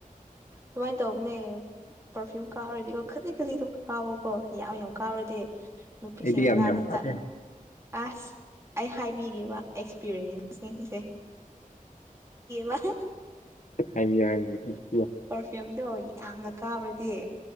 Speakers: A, on the right; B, on the left.
A: ꯗꯨꯃꯥꯏ ꯇꯧꯕꯅꯦ ꯄꯔꯐ꯭ꯌꯨꯝ ꯀꯥꯞꯔꯗꯤꯀꯣ ꯈꯖꯤꯛ ꯈꯖꯤꯛ ꯗꯨꯝ ꯀꯥꯞꯄꯣꯀꯣ ꯌꯥꯝ ꯌꯥꯝ ꯀꯥꯞꯔꯗꯤ ꯅꯨꯄꯤꯁꯤꯡ
B: ꯑꯩꯗꯤ ꯌꯥꯝ
A: ꯃꯅꯥꯛꯇ
B: ꯌꯥꯝ ꯀꯥꯞꯄꯦ
A: ꯆꯠ ꯑꯁ ꯑꯩ ꯍꯥꯏꯕꯤꯒꯦꯕ ꯑꯦꯛꯁꯄꯤꯔꯤꯌꯦꯟꯁ ꯁꯤꯡꯁꯦ <unintelligible>
B: ꯍꯥꯏꯕꯤꯌꯣ <unintelligible>
A: ꯄꯔꯐ꯭ꯌꯨꯝꯗꯣ ꯌꯥꯝꯅ ꯀꯥꯞꯔꯗꯤ